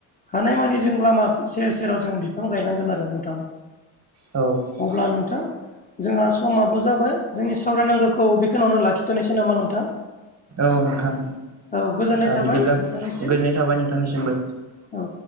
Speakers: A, on the left; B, on the right.
A: हानायमानि जों लामा सेर सेराव जों बिफां गायनांगोन आरो नोंथां।
B: औ
A: अब्ला नोंथां। जोंहा समाबो जाबाय जोंनि सावरायनांगौखौ बेखिनि लाखिथ'नोसै नामा नोंथां?
B: औ नोंथां
A: औ गोजोननाय
B: ओ
A: थाबाय
B: बिदिब्ला
A: नोंथांनिसिम
B: गोजोननाय थाबाय नोंथांनिसिमबो।
A: । औ